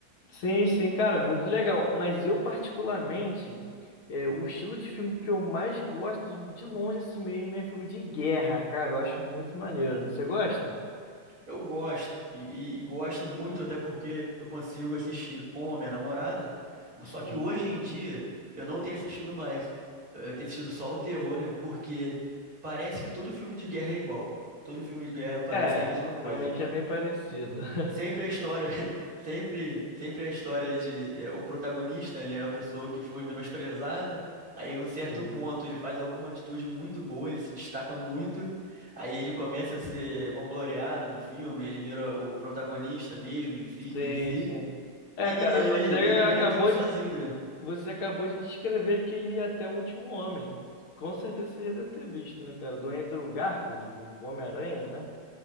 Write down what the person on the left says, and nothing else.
Sim, sim, cara, muito legal. Mas eu, particularmente, é, o estilo de filme que eu mais gosto, de longe assim mesmo, é filme de guerra, cara. Eu acho muito maneiro. Você gosta?
Sim.
É,
realmente é bem parecido. <laughs>
Sim,
sim.
sim. É,
cara,
você acabou,
você acabou de descrever aquele Até o Último Homem. Com certeza você já deve ter visto, né, cara? Do Andrew Garfield, o Homem-Aranha, né?